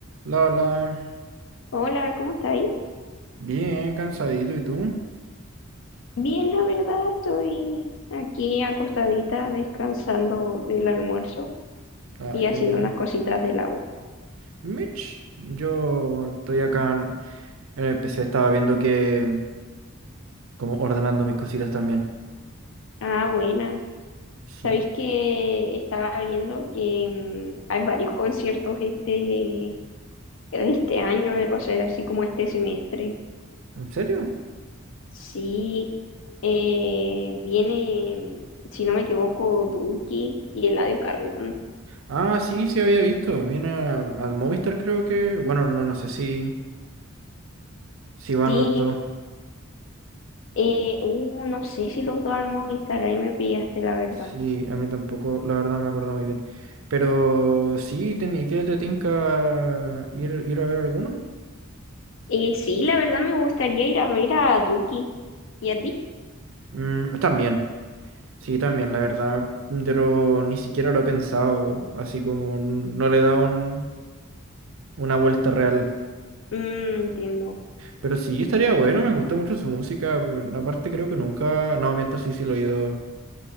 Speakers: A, on the right; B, on the left.
A: La, la,
B: Hola, ¿cómo está ahí?
A: bien cansadito, ¿y tú?
B: Bien, la verdad, estoy aquí acostadita descansando del almuerzo
A: Ah,
B: y haciendo
A: qué bueno.
B: unas cositas de la U.
A: Mitch, yo estoy acá en en el PC, estaba viendo que, mm, como ordenando mis cositas también.
B: Ah, buena.
A: Sí,
B: Sabéis que estaba viendo que mm, hay varios conciertos este, este año, eh, o sea, así como este semestre.
A: ¿en serio?
B: Sí, eh, viene, mm, si no me equivoco, Duki y Eladio Carrión.
A: Ah, sí, sí había visto. Viene a- al Movistar, creo que. Bueno, no, no sé si, si van
B: Sí,
A: los dos.
B: eh, uh, no sé si los dos al Movistar, ahí me pillaste, la verdad.
A: Sí, a mí tampoco, la verdad me acuerdo muy bien. Pero sí, ten- ¿y qué te tinca ir, ir a ver alguno?
B: Eh, sí, la verdad me gustaría ir a ver a Duki. ¿Y a ti?
A: Mm, están bien, Sí, también, la verdad, pero ni siquiera lo he pensado, así como n- no le he dado un- una vuelta real.
B: Mm, entiendo.
A: Pero sí, estaría bueno, me gusta mucho su música. bueno, Aparte creo que nunca, no, miento, sí, sí lo he ido,